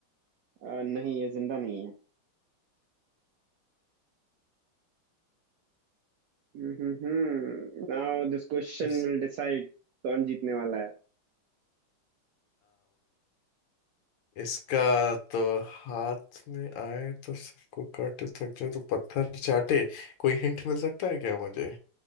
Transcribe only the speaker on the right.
अ, नहीं ये जिंदा नहीं है हम्म Now this question
will decide कौन जीतने वाला है